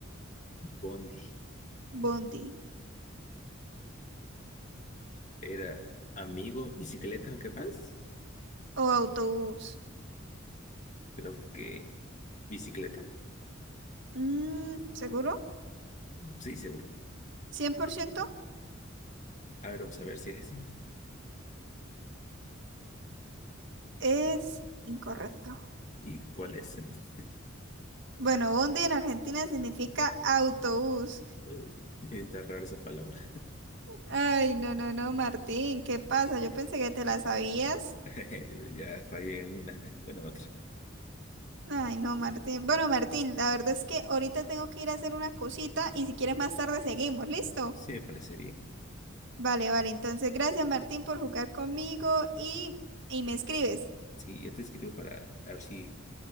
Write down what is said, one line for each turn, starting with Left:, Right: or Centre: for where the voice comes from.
Left: Bondi.
Right: Bondi
Left: ¿Era amigo, bicicleta o qué más?
Right: o autobús.
Left: Creo que bicicleta.
Right: Mm, ¿seguro?
Left: Sí, seguro.
Right: 100%
Left: A ver, vamos a ver si es ese.
Right: es incorrecto.
Left: ¿Y cuál es? <laughs> entonces?
Right: Bueno, bondi en Argentina significa autobús.
Left: Eh, Está rara esa palabra.
Right: Ay, no, no, no, Martín, ¿qué pasa? Yo pensé que te la sabías.
Left: <laughs> Ya fallé en una. Bueno, en otra.
Right: Ay, no, Martín. Bueno, Martín, la verdad es que ahorita tengo que ir a hacer una cosita y si quieres más tarde seguimos, ¿listo?
Left: Sí, me parece bien.
Right: Vale, vale, entonces gracias, Martín, por jugar conmigo y, y me escribes.
Left: Sí, yo te escribo para a ver si